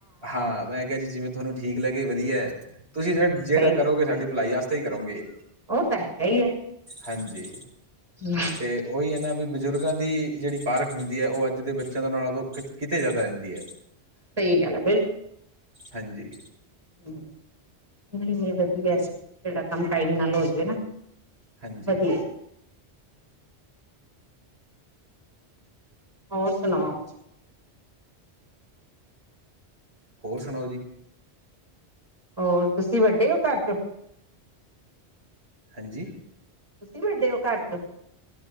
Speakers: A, on the right; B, on the right.
A: ਹਾਂ, ਮੈਂ ਕਿਹਾ ਜੀ ਜਿਵੇਂ ਥੋਨੂੰ ਠੀਕ ਲੱਗੇ ਵਧੀਆ ਐ, ਤੁਸੀਂ ਜਿਹੜਾ
B: ਸਹੀ
A: ਕਰੋਗੇ ਸਾਡੀ ਭਲਾਈ ਵਾਸਤੇ ਹੀ ਕਰੋਂਗੇ।
B: ਉਹ ਤਾ, ਹੈਗਾ ਹੀ ਹੈ।
A: ਹਾਂਜੀ!
B: ਹਮ
A: ਤੇ, ਉਹੀਆ ਨਾ ਬੀ ਬਜ਼ੁਰਗਾਂ ਦੀ ਜਿਹੜੀ ਪਾਰਖ ਹੁੰਦੀ ਐ, ਉਹ ਅੱਜ ਦੇ ਬੱ ਚਿਆਂ ਨਾਲੋ ਕਿ, ਕਿਤੇ ਜ਼ਿਆਦਾ ਰਹਿੰਦੀ ਹੈ,
B: ਸਹੀ ਗੱਲ ਹੈ
A: ਹਾਂਜੀ।
B: ਹੂੰ, ਨਹੀਂ-ਨਹੀਂ ਵਧੀਆ, ਜਿਹੜਾ ਕੰਮ ਟਾਈਮ ਨਾਲ ਹੋਜੇ ਨਾ
A: ਹਾਂਜੀ।
B: ਵਧੀਆ ਹੋਰ ਸੁਣਾਓ?
A: ਹੋਰ, ਸੁਣਾਓ ਜੀ?
B: ਹੋਰ, ਤੁਸੀਂ ਵੱਡੇ ਹੋ ਘਰ'ਚੋ?
A: ਹਾਂਜੀ?
B: ਤੁਸੀਂ ਵੱਡੇ ਹੋ ਘਰ'ਚੋਂ?